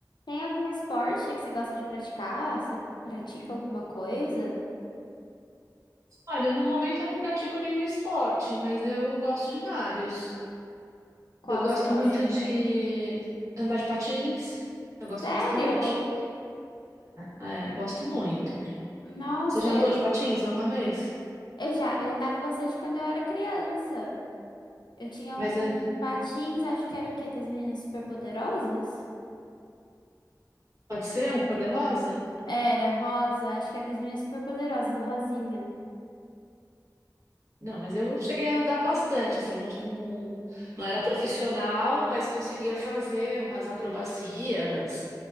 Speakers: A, on the left (about 85°); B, on the right (about 45°).
A: Tem algum esporte que você gosta de praticar? Você pratica alguma coisa?
B: Olha, no momento eu não pratico nenhum esporte, mas eu gosto de vários.
A: Qual
B: Eu gosto
A: você gosta?
B: muito de andar de patins, eu gosto
A: Sério?
B: bastante. É, é, gosto muito.
A: Nossa,
B: Você já
A: eu
B: andou de patins alguma vez?
A: eu já, eu andava bastante quando eu era criança. Eu tinha
B: Mas
A: um
B: an-
A: patins, acho que era o quê? Das meninas superpoderosas?
B: pode ser um cor-de-rosa?
A: Era, rosa, acho que era das meninas superpoderosas, rosinha.
B: Não, mas eu cheguei a andar bastante, assim, não, não, não era profissional, mas conseguia fazer umas acrobacias.